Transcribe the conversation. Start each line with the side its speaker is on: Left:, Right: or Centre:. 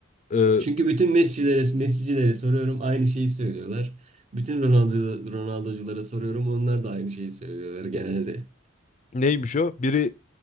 Left: Ee,
Right: Çünkü bütün Messi'lere, Messi'cilere soruyorum aynı şeyi söylüyorlar. Bütün Ronaldo, Ronaldo'culara soruyorum onlar da aynı şeyi söylüyorlar genelde.
Left: neymiş o? Biri